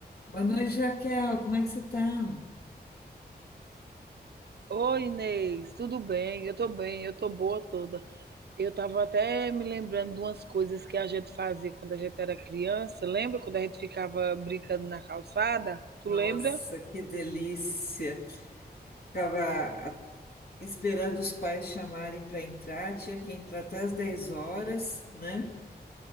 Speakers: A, on the left (about 70°); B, on the right (about 75°).
A: Boa noite, Raquel. Como é que você tá?
B: Oi, Inês, tudo bem? Eu tô bem, eu tô boa toda. Eu tava até me lembrando de umas coisas que a gente fazia quando a gente era criança. Lembra quando a gente ficava brincando na calçada? Tu
A: Nossa,
B: lembra?
A: que delícia. Ficava a- esperando os pais chamarem para entrar, tinha que entrar até às 10 horas, né?